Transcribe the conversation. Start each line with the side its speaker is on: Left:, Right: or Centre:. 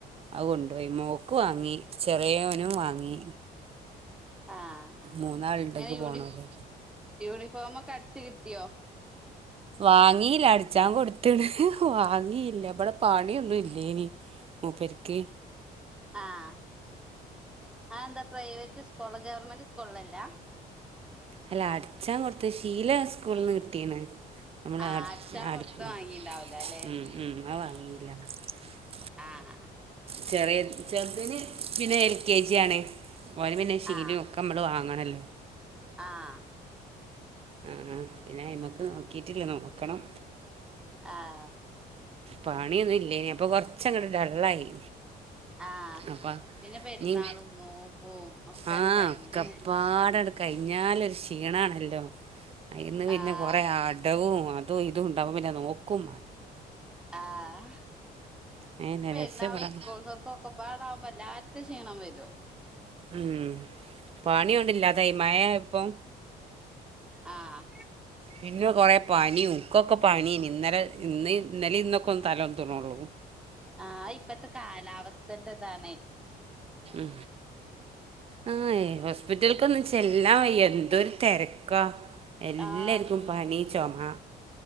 Right: അവു കൊണ്ടോയി മോള്ക്ക് വാങ്ങി ചെറിയോനും വാങ്ങി
Centre: ആഹ്
Right: മൂന്നാളുണ്ടെനിക്ക്
Centre: ഞാന് യൂണിഫ്
Right: പോണോല്
Centre: യൂണി ഫോമൊക്കെ അടിച്ച് കിട്ടിയോ
Right: വാങ്ങിയില്ല അടിച്ചാൻ കൊടുത്ത്ണ് വാങ്ങിയില്ല ഇവിടെ പണിയൊന്നും ഇല്ലേനി മൂപ്പരിക്ക്
Centre: ആഹ് അതെന്താ പ്രൈവറ്റ് സ്കൂൾ ഗവൺമെന്റ് കൊള്ളല്ല
Right: അല്ല അടിച്ചാൻ കൊടുത്ത് ഷീല സ്കൂളിൽന്ന് കിട്ടീണ് നമ്മള്
Centre: ആഹ്
Right: അടിച്ച്
Centre: അട്ച്ചാൻ
Right: അടിക്കും
Centre: കൊട്ത്ത വാങ്ങിണ്ടാവൂലല്ലെ
Right: ഉം ഉം <inaudible>
Centre: ആഹ്
Right: ചെറിയ ചെറുതിന് പിന്നെ എൽ കെ ജി ആണ് ഓന് പിന്നെ ശീലിം
Centre: ആഹ്
Right: ഒക്കെമ്മള് വാങ്ങണല്ലോ
Centre: ആഹ്
Right: ആ ആ പിന്നെ അയ്മക്ക് നോക്കീട്ടില്ല നോക്കണം
Centre: ആഹ്
Right: പണിയൊന്നും ഇല്ലേനി പ്പൊ കൊർച്ചങ്ങട്ട് ഡള്ളായി
Centre: ആഹ്
Right: അപ്പൊ
Centre: പിന്നെ പെര്ന്നാളും
Right: ഇനി
Centre: നോമ്പും ഒക്കെണ്ട്
Right: ആഹ്
Centre: കഴിഞ്ഞാല്
Right: ഒക്കപ്പാടട് കഴിഞ്ഞാലൊരു ക്ഷീണാണല്ലോ അന്ന് പിന്നെ
Centre: ആഹ്
Right: കൊറേ അടവും അതും ഇതും ണ്ടാവുമ്പോ പിന്നെ നോക്കും
Centre: ആഹ്
Right: അയെന്നെ
Centre: പെരുന്നാളും
Right: രക്ഷപ്പെടാൻ
Centre: സ്കൂൾ തുറപ്പും ഒക്കെപ്പാടാവുമ്പോല്ലാ ക്ഷീണം വരു
Right: ഉം പണിയുണ്ടില്ലാതായി മഴ ആയപ്പം
Centre: ആഹ്
Right: പിന്നെ കൊറെേ പനിയും ൻക്കൊക്കെ പനിയേനി ഇന്നലെ ഇന്ന് ഇന്നലിം ഇന്നൊക്കെ ഒന്ന് തലോന്ന്ണൊള്ളൂ
Centre: ആഹ് ഇപ്പത്തെ കാലാവസ്ഥന്റെ താണെയ്
Right: ഉ ആ ഹോസ്പിറ്റൽക്കൊന്നും ചെല്ലാൻ വയ്യ. എന്തൊരു തെര ക്കാ എല്ലാർക്കും
Centre: ആഹ്
Right: പനി ചു ആ